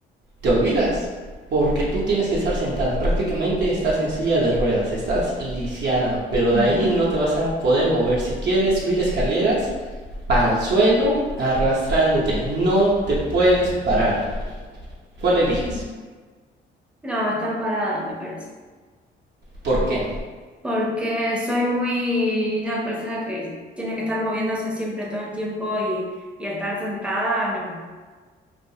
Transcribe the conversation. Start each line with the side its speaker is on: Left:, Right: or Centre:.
Right: te olvidas, porque tú tienes que estar sentada. Prácticamente estás en silla de ruedas, estás lisiada, pero
Centre: Ujú.
Right: de ahí no te vas a poder mover. Si quieres subir escaleras, al suelo arrastrándote. No te puedes parar. ¿Cuál eliges?
Centre: Mm. No, estar parada, me parece.
Right: ¿Por qué?
Centre: Porque soy muy una persona que tiene que estar moviéndose siempre todo el tiempo y, y estar sentada, no,